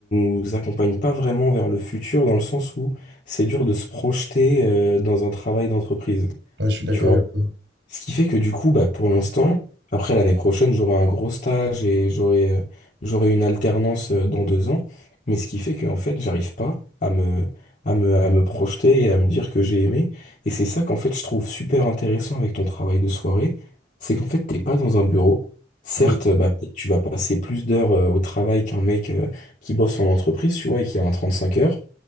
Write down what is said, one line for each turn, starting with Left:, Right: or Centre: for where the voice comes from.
Left: nous accompagnent pas vraiment vers le futur dans le sens où c'est dur de se projeter, euh, dans un travail d'entreprise.
Right: Ouais, je suis d'accord
Left: tu vois
Right: avec toi.
Left: ce qui fait que du coup, bah, pour l'instant, après l'année prochaine, j'aurai un gros stage et j'aurai euh, j'aurai une alternance euh, dans deux ans. Mais ce qui fait que en fait, j'arrive pas à me, à me, à me projeter et à me dire que j'ai aimé. Et c'est ça qu'en fait, je trouve super intéressant avec ton travail de soirée. C'est qu'en fait, t'es pas dans un bureau. Certes,
Right: Mm,
Left: bah, peut-être tu vas passer plus d'heures euh, au travail qu'un mec euh, qui bosse en entreprise, tu vois, et qui a un 35 heures.